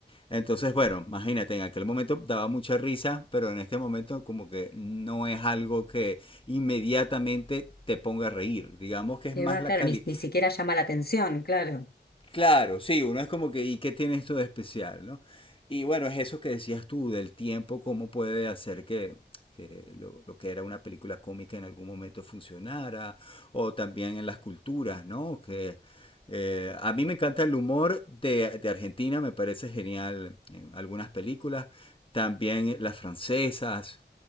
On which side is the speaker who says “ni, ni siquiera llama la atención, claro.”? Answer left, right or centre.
Left